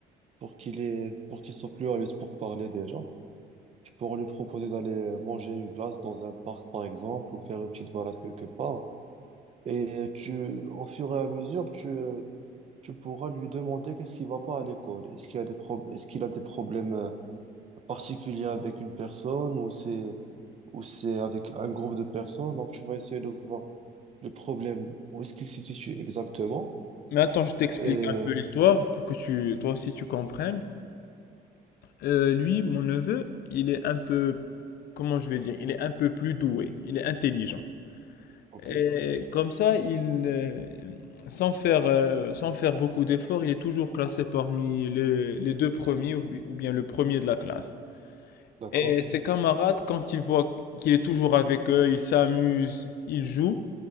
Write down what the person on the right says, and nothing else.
pour qu'il ait... pour qu'il soit plus à l'aise pour parler déjà. Tu pourras lui proposer d'aller manger une glace dans un parc, par exemple, ou faire une petite balade quelque part. Et tu, au fur et à mesure, tu, euh, tu pourras lui demander qu'est-ce qui va pas à l'école. Est-ce qu'il y a des pro- est-ce qu'il a des problèmes euh, particulier avec une personne ou c'est ou c'est avec un groupe de personnes. Donc, tu vas essayer de voir le problème, où est-ce qu'il se situe exactement.
Et, euh,
ok,
d'accord.